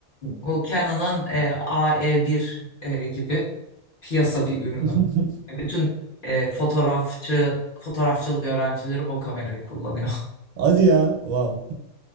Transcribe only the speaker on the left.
O Canon'ın e, AE1 e, bir e, gibi piyasa bir ürünü.
Bütün e, fotoğrafçı fotoğrafçılık öğrencileri o kamerayı kullanıyor. <laughs>